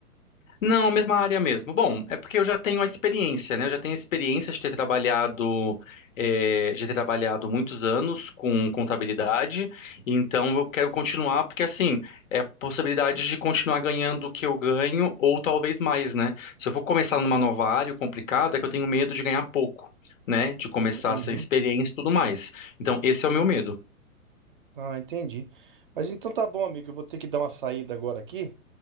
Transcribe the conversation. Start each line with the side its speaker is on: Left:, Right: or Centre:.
Left: Não, mesma área mesmo. Bom, é porque eu já tenho a experiência, né? Eu já tenho a experiência de ter trabalhado, eh, de ter trabalhado muitos anos com contabilidade, então eu quero continuar, porque assim, é a possibilidade de continuar ganhando o que eu ganho, ou talvez mais, né? Se eu for começar numa nova área complicada, é que eu tenho medo de ganhar pouco, né? De começar
Right: Uhum.
Left: sem experiência e tudo mais. Então, esse é o meu medo.
Right: Ah, entendi. Mas então tá bom, amigo. Eu vou ter que dar uma saída agora aqui.